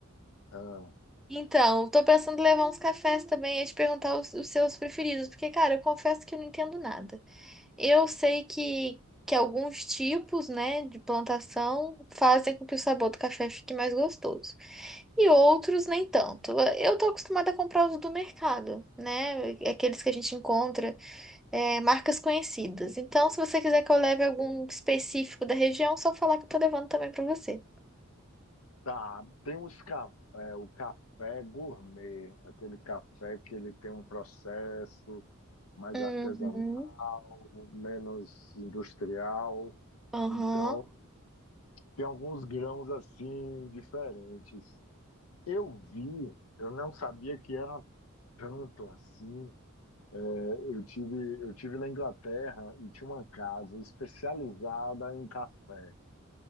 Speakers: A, on the left; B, in the centre.
A: Ah,
B: Então, eu tô pensando em levar uns cafés também e te perguntar os, os seus preferidos, porque, cara, eu confesso que eu não entendo nada. Eu sei que, que alguns tipos, né, de plantação fazem com que o sabor do café fique mais gostoso. E outros nem tanto. Eu tô acostumada a comprar os do mercado, né? Aqueles que a gente encontra. é, marcas conhecidas. Então, se você quiser que eu leve algum específico da região, é só falar que eu tô levando também pra você.
A: tá, tem os café, o café gourmet, aquele café que ele tem um processo mais
B: Uhum.
A: artesanal, menos industrial.
B: Aham.
A: Então, Tem alguns grãos assim diferentes. Eu vi, eu não sabia que era tanto assim. É, eu tive, eu tive na Inglaterra e tinha uma casa especializada em café.